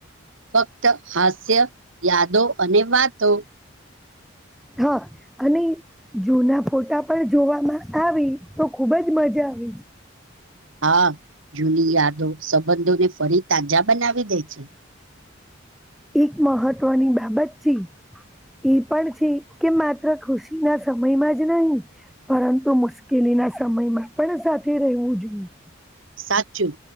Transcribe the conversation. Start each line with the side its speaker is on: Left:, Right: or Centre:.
Right: ફક્ત હાસ્ય, યાદો અને વાતો.
Centre: હા અને જૂના ફોટા પણ જોવામાં આવી તો ખુબ જ મજા <inaudible>
Right: હા જૂની યાદો સંબંધોને ફરી તાજા બનાવી દે છે.
Centre: એક મહત્વની બાબત છે. એ પણ છે કે માત્ર ખુશી ના સમયમાં જ નહીં પરંતુ મુશ્કેલી એ ના સમયમાં પણ સાથે રહેવું જોઈએ.
Right: સાચું.